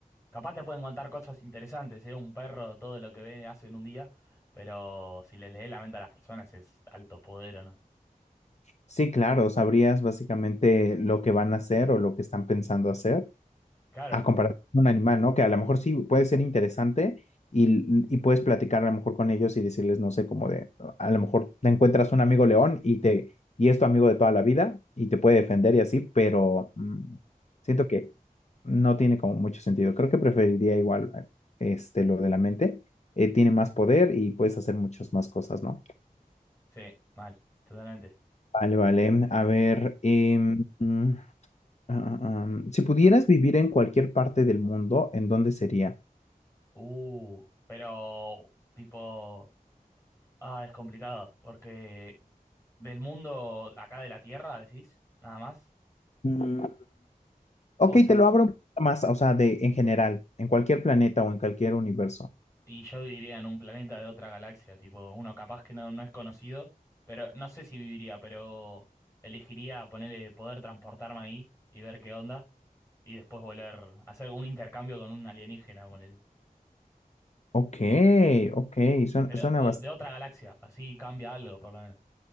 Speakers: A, on the left; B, on the left.
A: capaz te pueden contar cosas interesantes, ¿eh? Un perro, todo lo que ve hace en un día, pero si le lees la mente a las personas es alto poder, ¿o no?
B: Sí, claro, sabrías básicamente lo que van a hacer o lo que están pensando hacer,
A: Claro,
B: a comparación con un animal, ¿no? Que a lo mejor sí puede ser interesante y, y puedes platicar a lo mejor con ellos y decirles, no sé, como de, a lo mejor te encuentras un amigo león y te, y es tu amigo de toda la vida y te puede defender y así, pero mm, siento que no tiene como mucho sentido. Creo que preferiría igual eh, este, lo de la mente. Eh, tiene más poder y puedes hacer muchas más cosas, ¿no?
A: sí, mal, totalmente.
B: Vale, vale. A ver, em, mm, Ah, ah, ah. si pudieras vivir en cualquier parte del mundo, ¿en dónde sería?
A: Uh, pero tipo... Ah, es complicado, porque del mundo acá de la Tierra, decís, nada más.
B: Mm, ok,
A: O se,
B: te lo abro un poquito más, o sea, de en general, en cualquier planeta o en cualquier universo.
A: y yo viviría en un planeta de otra galaxia, tipo, uno capaz que no, no es conocido, pero no sé si viviría, pero elegiría ponerle poder transportarme ahí y ver qué onda, y después volver a hacer un intercambio con un alienígena, ponele.
B: Ok, ok, suena,
A: Pero
B: suena
A: de,
B: bastante.
A: de otra galaxia, así cambia algo, por lo menos.